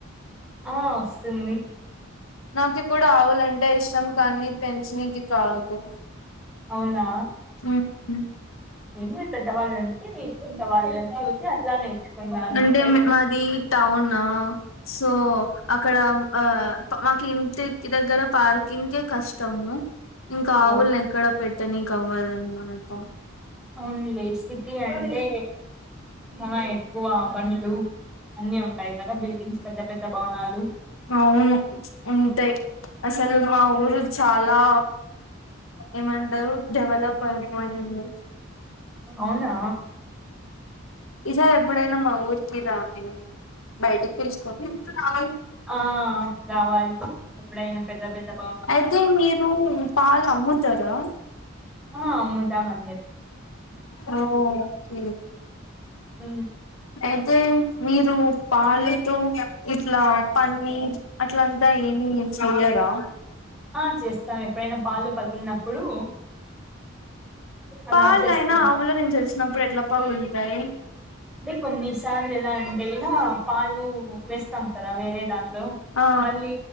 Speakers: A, in the centre; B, on the left.
A: ఆ వస్తుంది
B: నాకు కూడా ఆవులంటే ఇష్టం కానీ పెంచిననికి కాదు
A: అవునా
B: మ్మ్.
A: ఏం లేదు పెద్దవాళ్ళు ఉంటే ఇంకా వాళ్ళని చూసి అట్లా నేర్చుకున్నాను
B: అంటే
A: అంతే
B: మాది టౌన్ సో అక్కడ ఆ మాకు ఇంటి దగ్గర పార్కింగ్ కి కష్టము ఇంకా
A: ఓ
B: ఆవుల్ని ఎక్కడ పెట్ తని కవ్వదామాట
A: అవునులే సిటీ అంటే చాలా ఎక్కువ బండ్లు అన్ని ఉంటాయి కదా బిల్డింగ్స్ పెద్ద పెద్ద భవనాలు
B: అవును ఉంటాయి అసలు మా ఊరు చాలా ఏమంటారు డెవలప్ అయిపోయింది
A: అవునా
B: ఇసార్ ఎప్పుడైనా మా ఊరికి రండి బయటి <unintelligible>
A: ఆ రావాలి ఎప్పుడైనా పెద్ద
B: అయితే మీరు పాలు
A: <unintelligible>
B: అమ్ముతారా
A: ఆ ముదా మ
B: ఆ ఓకె
A: మ్
B: అయితే మీరు పాలెట ఇట్లా పన్నీర్ అట్ల అంతా ఏం <unintelligible> చెయ్యరా
A: ఆ చేస్తాం ఎప్పుడైనా పాలు పగిలినప్పుడు అలా
B: పాలైనా
A: చేస్తూ ఉంటాం
B: ఆవుల నుంచొచ్చిప్పుడు ఎట్లా పగులుతాయి
A: అంటే కొన్నిసార్లు ఎలా అంటే గినా పాలు వేస్తాం కదా వేరే దానిలో
B: ఆ
A: మళ్ళీ